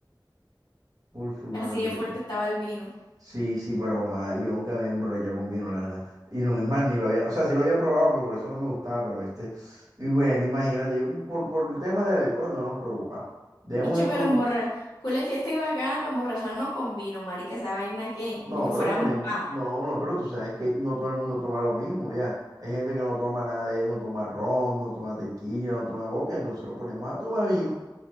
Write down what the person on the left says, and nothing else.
Así
de
fuerte estaba el vino.
Niche,
pero emborrachar. Cule fiesta y bacana para emborracharnos con vino, marica. ¿Esa vaina qué?
Ni que fuéramos
pa.